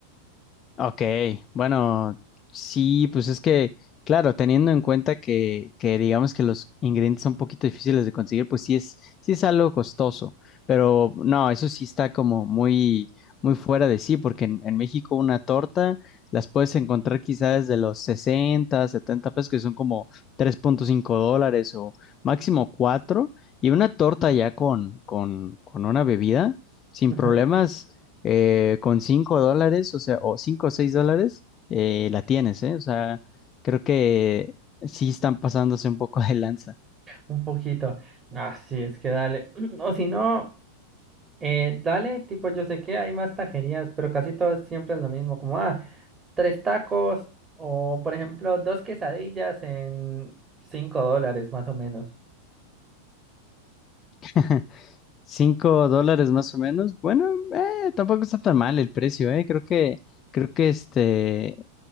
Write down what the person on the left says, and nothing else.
Ok, bueno, sí, pues es que, claro, teniendo en cuenta que, que digamos que los ingredientes son un poquito difíciles de conseguir, pues sí es, sí es algo costoso, pero no, eso sí está como muy, muy fuera de sí, porque en, en México una torta las puedes encontrar quizás desde los 60, 70 pesos, que son como 3.5 dólares o máximo 4 y una torta ya con, con, con una bebida, sin
problemas eh, con 5 dólares, o sea, o 5 o 6 dólares, eh, la tienes, ¿eh? O sea, creo que sí están pasándose un poco de lanza.
<laughs> Cinco dólares más o menos. Bueno, eh, tampoco está tan mal el precio, eh. Creo que, creo que este,